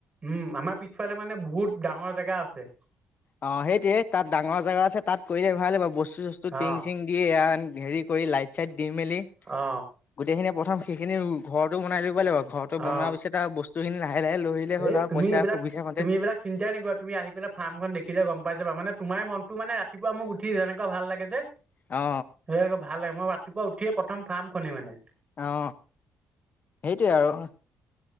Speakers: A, on the right; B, on the left.
A: উম আমাৰ পিছফালে মানে বহুত ডাঙৰ জেগা আছে।
B: অ সেইটোয়ে তাত ডাঙৰ জেগা আছে তাত কৰিলে ভাল বস্তু চস্তু
A: অ
B: টং চিং কি আন হেৰী কৰি লাইট চাইট দি মেলি।
A: অ
B: গোটেইখিনি প্ৰথম সেইখিনি ঘৰতো বনাই লৌব লাগিব ঘৰতো বনোৱাৰ
A: অ
B: পিছত আও বস্তু খিনি লাহে লাহে লৈ আহিলে হ'ল
A: এই
B: আৰু
A: তুমি
B: পইচা
A: এইবিলাক
B: সুবিধা মতে
A: তুমি এইবিলাক চিন্তাই নকৰিবা তুমি আহি পেলাই ফাৰ্মখন দেখিলে গম পাই যাবা মানে তোমাৰেই মনটো মানে ৰাতিপুৱা মোক উঠি তেনেকুৱা ভাল লাগে যে
B: অ।
A: সেয়াই গৈ ভাল লাগে মই ৰাতিপুৱা উঠিয়ে প্ৰথম ফাৰ্মখনি মানে
B: অ এইটোৱেই আৰু